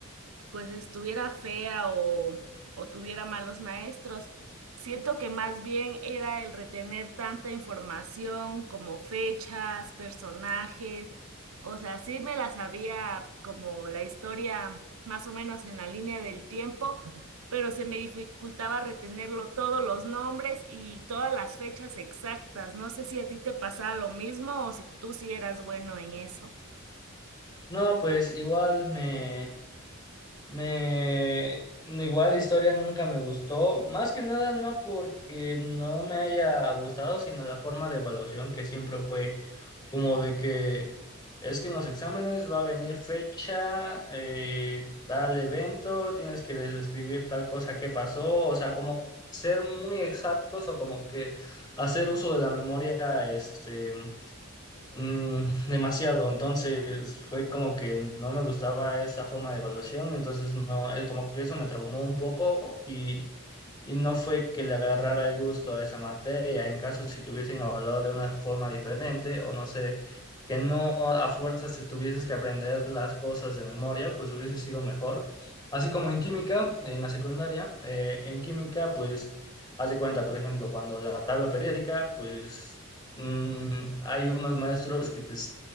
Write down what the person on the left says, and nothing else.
No, pues igual me, me, igual historia nunca me gustó, más que nada no porque no me haya gustado, sino la forma de evaluación que siempre fue como de que Es que en los exámenes va a venir fecha, eh, tal evento, tienes que describir tal cosa que pasó, o sea, como ser muy exactos o como que hacer uso de la memoria, este. Mm, demasiado, entonces fue como que no me gustaba esa forma de evaluación, entonces no, él como que eso me traumó un poco y, y no fue que le agarrara el gusto a esa materia, en caso si te hubiesen evaluado de una forma diferente o no sé, que no a fuerza se tuvieses que aprender las cosas de memoria, pues hubiese sido mejor. Así como en química, en la secundaria, eh, en química pues... Haz de cuenta, por ejemplo, cuando la tabla periódica, pues Mm, hay unos maestros que te,